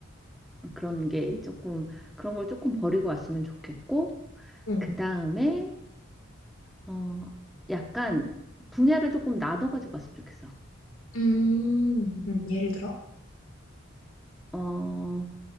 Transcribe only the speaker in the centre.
그런 게 조금, 그런 걸 조금 버리고 왔으면 좋겠고,
그 다음에, 어, 약간 분야를 조금 나눠가지고 왔으면 좋겠어.
어,